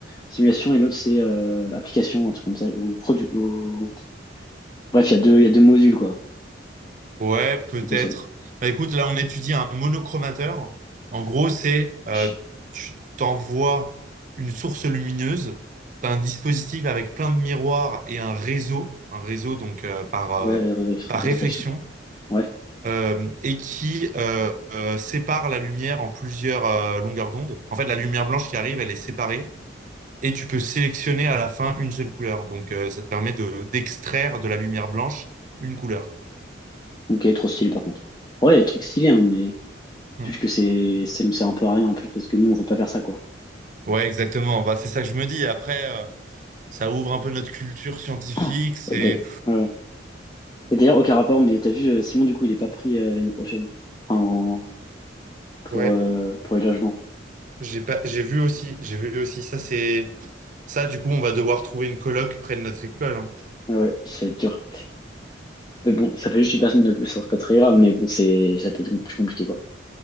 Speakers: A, on the left; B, on the right.
A: simulation et l'autre, c'est euh, application, un truc comme ça. Ou produit. Ou... Bref, il y a deux, il y a deux modules, quoi.
B: Ouais, peut-être.
A: J'ai pas
B: Bah écoute, là, on étudie un monochromateur. En gros, c'est, euh,
A: Wesh.
B: tu t'envoies une source lumineuse, t'as un dispositif avec plein de miroirs et un réseau, un réseau donc euh, par, euh,
A: Ouais, Resurrection.
B: par réflexion,
A: Ouais.
B: euh, et qui euh, euh, sépare la lumière en plusieurs euh, longueurs d'onde. En fait, la lumière blanche qui arrive, elle est séparée et tu peux sélectionner à la fin une seule couleur. Donc, euh, ça te permet de d'extraire de la lumière blanche une couleur.
A: Ok, trop stylé par contre. Ouais, des trucs stylés, hein, mais
B: Hmm.
A: juste que c'est, ça nous sert un peu à rien en plus parce que nous, on veut pas faire ça, quoi.
B: Ouais, exactement. Bah, c'est ça que je me dis. Après, euh, ça ouvre un peu notre culture scientifique.
A: Ah.
B: C'est
A: Et d'ailleurs, ouais, ouais. Et d'ailleurs, aucun rapport, mais t'as vu, euh, Simon, du coup, il est pas pris euh, l'année prochaine en, pour,
B: ouais.
A: euh, pour les logements.
B: J'ai pas, j'ai vu aussi, j'ai vu aussi. Ça, c'est ça. Du coup, on va devoir trouver une coloc près de notre école. hein.
A: Ouais, ouais, ça va être dur. Mais bon, ça fait juste une personne de plus, hein, c'est pas très grave, mais bon, c'est, ça peut être plus compliqué, quoi.